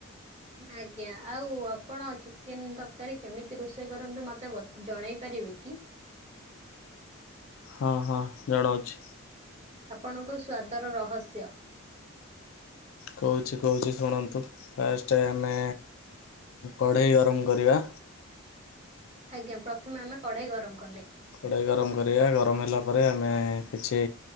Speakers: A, on the right; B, on the left.
A: ଆଜ୍ଞା ଆଉ ଆପଣ ଚିକେନ୍ ତରକାରୀ କେମିତି ରୋଷେଇ କରନ୍ତୁ ମତେ ବତେ ଜଣେଇ ପାରିବେ କି?
B: ହଁ ହଁ ଜଣଉଛି।
A: ଆପଣଙ୍କ ସ୍ଵାଦର ରହସ୍ୟ।
B: କହୁଛି କହୁଛି ଶୁଣନ୍ତୁ। ଫାଷ୍ଟ ଆମେ କଢ଼େଇ ଗରମ କରିବା।
A: ଆଜ୍ଞା ପ୍ରଥମେ ଆମେ କଢେଇ ଗରମ କଲେ।
B: କଡ଼େଇ ଗରମ କରିବା ଗରମ ହେଲା ପରେ ଆମେ କିଛି